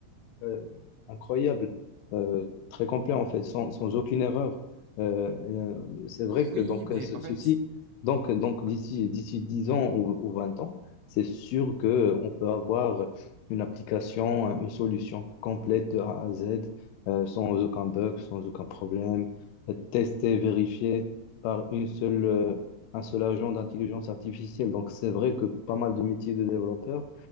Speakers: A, on the left (about 80°); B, on the right (about 80°).
A: euh, euh, incroyables, euh, très complets en fait, sans, sans aucune erreur. Euh, et, euh, c'est vrai que
B: Oui,
A: donc, euh,
B: mais
A: ce-
B: en
A: ceci
B: fait,
A: donc, donc d'ici
B: ouais.
A: d'ici 10 ans ou, ou 20 ans, c'est sûr que on peut avoir une application, une solution complète de A à Z, euh, sans aucun bug, sans aucun problème, euh, testée, vérifiée par une seule, euh, un seul agent d'intelligence artificielle. Donc, c'est vrai que pas mal de métiers de développeurs